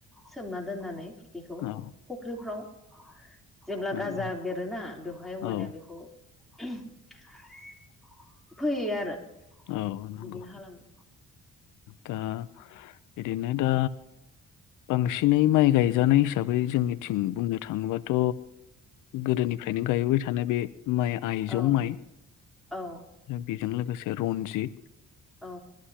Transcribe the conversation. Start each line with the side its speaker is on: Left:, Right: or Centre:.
Centre: सोमना दोननानै बेखौ
Left: औ
Centre: फुख्रिफ्राव जेब्ला
Left: नंगौ
Centre: गाजा बेरोना बेवहाय अबानिया
Left: औ
Centre: बेखौ <unintelligible> फैयो आरो
Left: औ नंगौ
Centre: बिदिनो खालामो
Left: दा बिदिनो दा बांसिनै माइ गायजानाय हिसाबै जोंनिथिं बुंनो थाङोबाथ' गोदोनिफ्रायनो गायबोबाय थानाय बे माइ आइजं
Centre: औ
Left: माइ
Centre: औ
Left: बेजों लोगोसे रनजित
Centre: औ